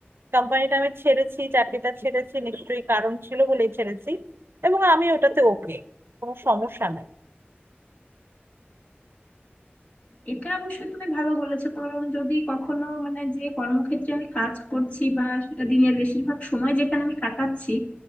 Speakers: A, on the right; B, on the left.
A: কোম্পানিটা আমি ছেড়েছি চাকরিটা ছেড়েছি নিশ্চয়ই কারণ ছিল বলেই ছেড়েছি এবং আমি ওটাতে ওকে কোনো সমস্যা নাই
B: এটা অবশ্যই তুমি ভালো বলেছো কারণ যদি কখনো মানে যে কর্মক্ষেত্রে আমি কাজ করছি বা সেটা দিনের বেশিরভাগ সময় যেখানে আমি কাটাচ্ছি